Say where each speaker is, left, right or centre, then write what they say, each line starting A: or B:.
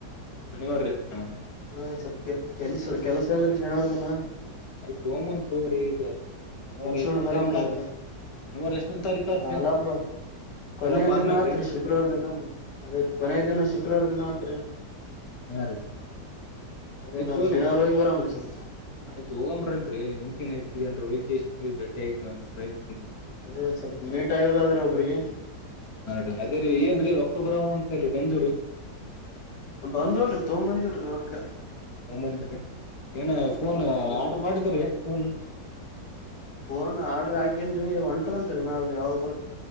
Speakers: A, on the left (about 45°); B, on the left (about 75°).
A: ಶನಿವಾರ ರಿ ಹಾ,
B: ಹಾ ಸ್ವಲ್ಪ ಕೆ ಕೆಲ್ಸ ಕೆಲ್ಸ ಆದ್ರೆ ಶನಿವಾರ್ಧಿನ.
A: ಆಯ್ತ್ <unintelligible> ಶನಿವಾರ
B: ಮುಂಸಣ
A: ಎಷ್ಟನ
B: ಬರಾಮ್ರ
A: ತಾರೀಕ ಆದ್
B: ಅ
A: ಶನಿವಾರ ಎಷ್ಟನ ತಾರೀಕ ಆತ್ರಿ
B: ಅಲ್ಲಬ್ಬ ಕೊನೆಯ
A: ಅಲ್ಲ ಹಬ್ಬ ಆದ್ಮ್ಯಾಗ್ರಿ
B: ದಿನ ಆತ್ರಿ ಶುಕ್ರವಾರ ದಿನ ಅದೇ ಕೊನೆಯ ದಿನ ಶುಕ್ರವಾರ ದಿನ ಆತ್ ಕತ್ರತ್ರ
A: ಹಾ ರೀ
B: ಅದೇ
A: ಆಯ್ತು
B: ನಾವ್ ಶನಿವಾರ ಹೋಗಿ ಬರಮ್ರಿ ಸ್ವಲ್ಪ
A: ಆಯ್ತು ಹೋಗಂಬ್ರತ್ರಿ ನಚಿಕರ ರೋಹಿ ಜೇಶಷಿ ಮದ ಬೆಟ್ಟಿಯಾಗಿ ಮಾಡ ಪ್ರೈತ್
B: ಅದೇ ಸ್ವಲ್ಪ ನೀಟ್ ೋದಾದ್ರೆ ಒಬ್ರಿಗೆ
A: ಹಾ ಅದೇ ರೀ ಏನ್ರೀ ರೊಕ್ಕ ಬರೋ ಅಂತಲ್ರಿ ಬಂದೂ್ರ
B: ಬಂದವಲ್ರಿ ತೋಂಬಂದಿರ ಅಕ್ಕ
A: ಒಂಬೈಂತಕ್ಕೆ ಏನ ಫೋನ್ ಆರ್ಡರ್ ಮಾಡಿದ್ರೀ ಹೂನ್
B: ಓನ್ ಆರ್ಡ್ರ ಹಾಕೇನ್ರಿ ಒಂಟದಂತರಿ ನಾ ಅದು ಯಾವಾಗ ಬರ